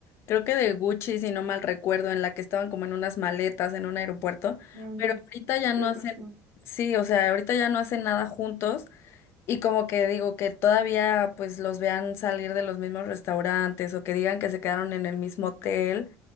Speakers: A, on the left; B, on the right.
A: creo que de Gucci, si no mal recuerdo, en la que estaban como en unas maletas en un aeropuerto,
B: Mm,
A: pero ahorita ya
B: creo
A: no hacen,
B: que sí.
A: sí, o sea, ahorita ya no hacen nada juntos. Y como que digo que todavía pues los vean salir de los mismos restaurantes o que digan que se quedaron en el mismo hotel,